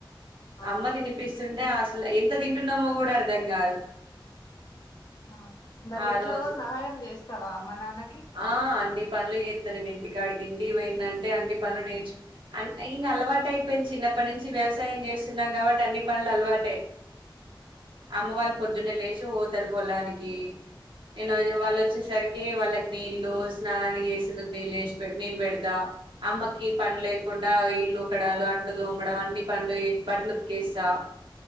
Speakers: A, on the left; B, on the right.
A: అవు
B: అమ్మ తినిపిస్ తుంటే అసలు ఎంత తింటున్నామో కూడా అర్థం కాదు
A: ఆ మరి
B: ఆ
A: ఇంట్లో
B: రోజు
A: సహాయం చేస్తావా అమ్మ నాన్న
B: ఆ అన్ని పనులు చేస్తా నేను ఇంటికాడికి ఇంటి కి పోయింది అంటే అన్ని పనులు నేర్చు అంటే ఇంక అలవాటు అయిపోయింది చిన్నప్పటి నుంచి వ్యవసాయం చేస్తున్నాం కాబట్టి అన్ని పనులు అలవాటే అమ్మ వాళ్ళు పొద్దున్నే లేచి పో ఇద్దరు పొలానికి నేను వాళ్ళు వచ్చేసరికి వాళ్ళ కి నీళ్లు స్నానాన్ని చేసేందుకు నీల్ ఏసీ పే నీళ్లు పెడతా అమ్మకి పని లేకుండా ఇల్లు ఉకడాలు అంట్లు తోమడం అన్ని పనులు బట్టలు ఉతికేస్తా